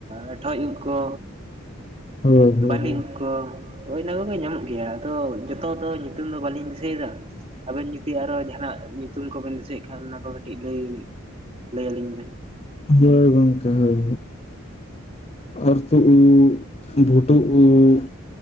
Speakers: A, on the right; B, on the left.
A: ᱟᱨ ᱴᱷᱚᱡ ᱩᱫᱽ ᱠᱚ,
B: ᱦᱳᱭ ᱦᱳᱭ
A: ᱵᱟᱹᱞᱤ
B: ᱦᱳᱭ
A: ᱩᱫᱽ ᱠᱚ ᱦᱳᱭ ᱚᱱᱟ ᱠᱚᱜᱮ ᱧᱟᱢᱚᱜ ᱜᱮᱭᱟ ᱟᱫᱚ ᱡᱚᱛᱚ ᱫᱚ ᱧᱩᱛᱩᱢ ᱫᱚ ᱵᱟᱹᱞᱤᱧ ᱫᱤᱥᱟᱹᱭᱮᱫᱟ ᱾ ᱟᱵᱮᱱ ᱡᱩᱫᱤ ᱟᱨᱚ ᱡᱟᱦᱱᱟᱜ ᱧᱩᱛᱩᱢ ᱠᱚᱵᱮᱱ ᱫᱤᱥᱟᱹᱭᱮᱫ ᱠᱷᱟᱱ ᱚᱱᱟ ᱠᱚᱜᱮ ᱴᱤᱡ ᱞᱟᱹᱭ ᱞᱟᱹᱭᱟᱞᱤᱧ ᱵᱮᱱ᱾
B: ᱦᱳᱭ ᱜᱚᱝᱠᱮ ᱦᱳᱭ ᱚᱨᱛᱩᱫᱽ ᱩᱫᱽ, ᱵᱷᱩᱴᱩᱽ ᱩᱫᱽ,